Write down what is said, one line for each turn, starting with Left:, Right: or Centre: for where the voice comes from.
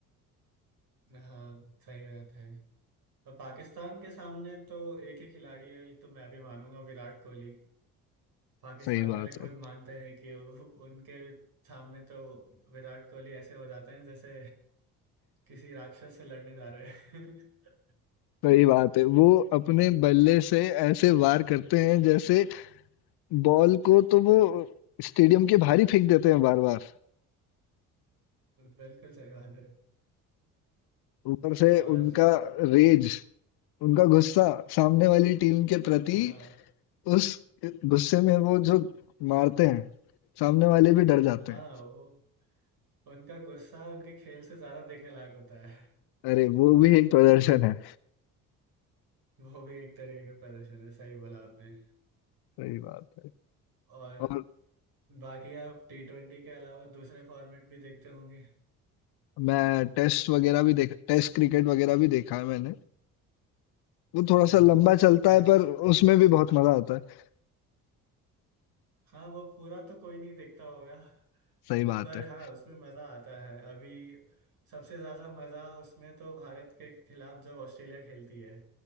Right: हाँ सही बात है और पाकिस्तान के सामने तो एक ही खिलाड़ी है ये तो मैं भी मानूंगा विराट कोहली पाकिस्तान
Left: सही बात
Right: वाले खुद
Left: है
Right: मानते हैं कि उ- उनके सामने तो विराट कोहली ऐसे हो जाते हैं जैसे किसी राक्षस से लड़ने जा रहे हैं
Left: सही बात है वो अपने बल्ले से ऐसे वार करते हैं जैसे बॉल को तो वो स्टेडियम के बाहर ही फेंक देते हैं बार बार
Right: <laughs> बिल्कुल सही बात है
Left: ऊपर से
Right: और
Left: उनका रेज, उनका गुस्सा सामने वाली टीम के प्रति
Right: हाँ
Left: उस गुस्से में वो जो मारते हैं, सामने वाले भी डर जाते
Right: हाँ
Left: हैं।
Right: वो उनका गुस्सा उनके खेल से ज्यादा देखने लायक होता है
Left: अरे! वो भी एक प्रदर्शन है।
Right: वो भी एक तरीके का प्रदर्शन है सही बोला आपने
Left: सही बात है।
Right: और
Left: और
Right: बाकी आप टी ट्वेंटी के अलावा दूसरे फॉर्मेट भी देखते होंगे
Left: मैं टेस्ट वगैरह भी देखा टेस्ट क्रिकेट वगैरह भी देखा है मैंने। वो थोड़ा-सा
Right: हाँ
Left: लंबा चलता
Right: टेस्ट
Left: है पर उसमें भी बहुत मज़ा आता है।
Right: हाँ वो पूरा तो कोई नहीं देखता होगा
Left: सही बात
Right: पर
Left: है।
Right: हाँ उसमें मजा आता है अभी सबसे ज्यादा मजा उसमें तो भारत के खिलाफ जब ऑस्ट्रेलिया खेलती है